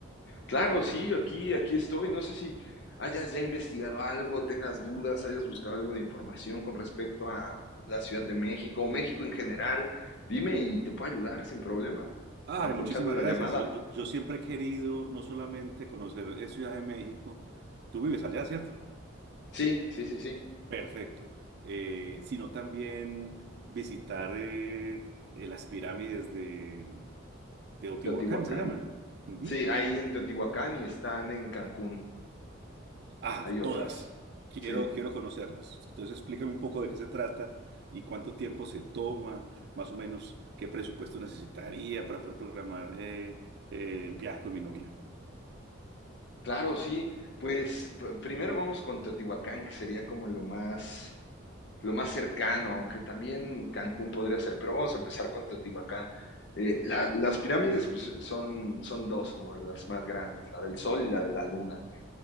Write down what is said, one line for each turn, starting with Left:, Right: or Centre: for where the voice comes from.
Left: Claro, sí, aquí, aquí estoy. No sé si hayas ya investigado algo, tengas dudas, hayas buscado algo de información con respecto a la Ciudad de México o México en general. Dime y te puedo ayudar sin problema.
Right: Ay,
Left: Aprovechando
Right: muchísimas
Left: la
Right: gracias.
Left: llamada.
Right: Yo, yo, yo siempre he querido no solamente conocer eh, Ciudad de México, tú vives allá, ¿cierto?
Left: Sí, sí, sí, sí.
Right: Perfecto. Eh, sino también visitar eh, eh, las pirámides de. Teotihuacán
Left: ¿Teotihuacán?
Right: se llaman. Ujú.
Left: Sí, ahí en Teotihuacán y están en Cancún.
Right: Ah,
Left: Hay
Right: de todas.
Left: otras.
Right: Quiero,
Left: Sí.
Right: quiero conocerlas. Entonces, explícame un poco de qué se trata y cuánto tiempo se toma, más o menos qué presupuesto necesitaría para poder programar eh, eh, el viaje con mi novia.
Left: Claro, sí. Pues p- primero vamos con Teotihuacán, que sería como lo más, lo más cercano, aunque también Cancún podría ser, pero vamos a empezar con Teotihuacán. Eh, la- las pirámides pues, son, son dos, como las más grandes, la del Sol y la de la Luna.